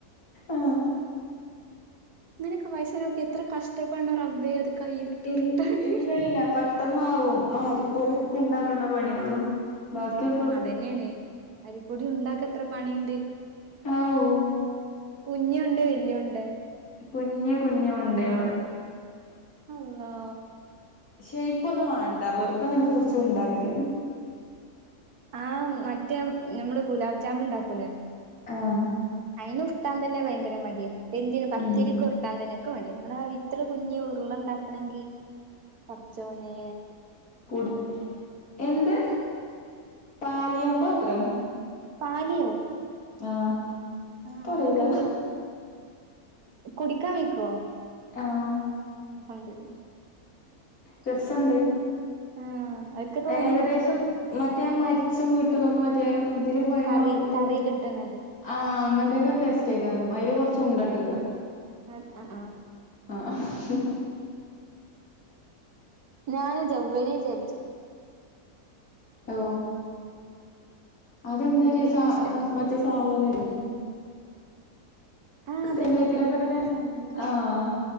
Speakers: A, on the left; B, on the right.
A: ആ
B: ഇങ്ങനൊക്കെ പായ്‌സം വെക്കെ എത്ര കഷ്ടപ്പെട്ണം റബ്ബേ അത് കയ്യിലിട്ട്
A: ഇൽ
B: ഉരുട്ടാന്
A: ഇല്ലല്ല പെട്ടന്നാവും ആഹ് അരിപ്പൊടി ഉണ്ടാക്കണ്ട പണിയൊള്ളു. ബാക്ക്യൊക
B: അതന്നേണ് അരിപ്പൊടി ഉണ്ടാക്ക എത്ര പണിണ്ട്
A: ആവൂ
B: കുഞ്ഞി ഉണ്ടേ വലിയ ഉണ്ടേ
A: കുഞ്ഞ കുഞ്ഞ ഉണ്ടകള്.
B: അള്ളോ
A: ഷെയ്പ്പ് ഒന്നും വേണ്ട വെറുതെ ങ്ങനെ പിടിച്ച് ഉണ്ടാക്ക.
B: ആ മറ്റേ നമ്മള് ഗുലാബ് ജാമ് ണ്ടാക്കൂലേ
A: ആഹ്.
B: അയിന് ഉരുട്ടാൻ തന്നെ ഭയങ്കര മടിയ എന്തിന് പത്തിരിക്ക്
A: ഉം
B: ഉർട്ടാൻ തന്നെ ക്ക് മടിയാ ഇങ്ങ്ണ്ടാ ഇത്ര കുഞ്ഞി ഉറുള ഉണ്ടാക്കണെങ്കി പടച്ചോനേ
A: കുട് എന്ത് പാലിയപ്പ ത്രേ
B: പാലിയോ?
A: ആഹ്
B: ആ
A: ക്കറീല
B: അങ്ങനൊക്കെ ഇണ്ട് കുടിക്കാൻ വെയ്‌ക്കോ
A: ആഹ്.
B: <unintelligible>
A: രസണ്ട്
B: ആ അതൊക്കെ തോന്നി
A: ഏകദേശം മറ്റേ മര്ച്ച വീട്ട്ന്നൊക്കെ മറ്റേ തിന് പോയ
B: കറി
A: മവ് ലൂദ്
B: കറി കിട്ടണത്
A: ആ അങ്ങനത്തൊക്കെ ഒരു ടെസ്റ്റെയ്ക്കാരം അയ്ല് കൊർച്ച് ഉണ്ടട്ട്ക്ക
B: അൻ ആഹ് ആഹ്.
A: ആഹ്.
B: ഞാന് ചൊവ്വരി ചാര്ച്ച്
A: ഓ അതെന്തരി
B: ജൗവ്വരി
A: സ
B: ഇക്ക് ഇഷ്ടല്ല
A: മറ്റേ സവോനരോ
B: ആ അതന്നെ
A: സെമിയത്തിലൊക്കെ
B: അതന്നെ
A: ഇടണെ
B: സാവുനരി.
A: ആഹ്